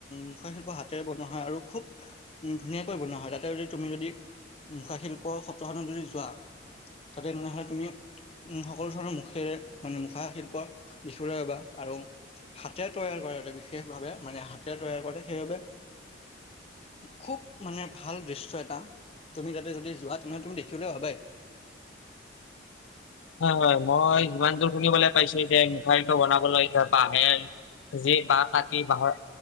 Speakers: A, on the left (about 30°); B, on the left (about 85°).
A: মুখাশিল্প হাতেৰে বনোৱা হয় আৰু খুব উম, ধুনীয়াকৈ বনোৱা হয়, তাতে যদি তুমি যদি মুখাশিল্পৰ সত্ৰখনত যদি যোৱা তাতে <unintelligible> <unintelligible> তুমি উম, সকলো ধৰণৰ মুখেৰে মানে মুখা শিল্প দেখিবলৈ পাবা আৰু হাতে তৈয়াৰ কৰে বিশেষভাৱে মানে হাতে তৈয়াৰ কৰে সেইবাবে খুব মানে ভাল দৃশ্য এটা। তুমি যাতে যদি যোৱা তেনে হ'লে তুমি দেখিবলৈ পাবাই।
B: হয়, হয়। মই যিমান দূৰ শুনিবলৈ পাইছোঁ যে মুখাশিল্পৰ বনাবলৈ এতিয়া আহে। যি বাঁহ কাটি বাঁহৰ